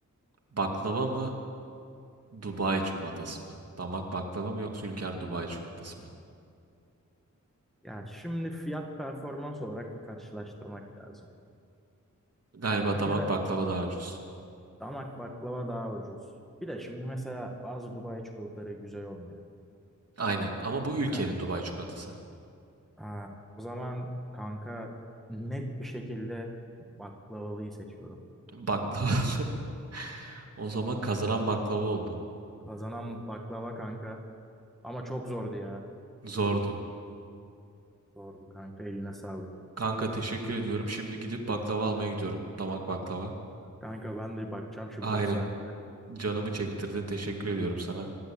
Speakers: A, on the right; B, in the centre.
A: Baklava mı? Dubai çikolatası mı? Damak baklava mı yoksa Ülker Dubai çikolatası mı?
B: Ya şimdi fiyat performans olarak bir karşılaştırmak lazım.
A: Galiba
B: Bir kere
A: damak baklava daha ucuz.
B: damak baklava daha ucuz. Bir de şimdi mesela bazı Dubai çikolataları güzel olmuyor.
A: Aynen ama bu Ülker'in
B: Ha,
A: Dubai çikolatası.
B: ha, o zaman kanka net bir şekilde baklavalıyı seçiyorum.
A: Baklava. <laughs> O zaman kazanan baklava oldu.
B: Kazanan baklava kanka. Ama çok zordu ya.
A: Zordu.
B: Zordu kanka eline sağlık.
A: Kanka teşekkür ediyorum. Şimdi gidip baklava almaya gidiyorum. Damak baklava.
B: Kanka ben de bakacağım şimdi
A: Aynen.
B: bu saatte.
A: Canımı çektirdin. Teşekkür ediyorum sana.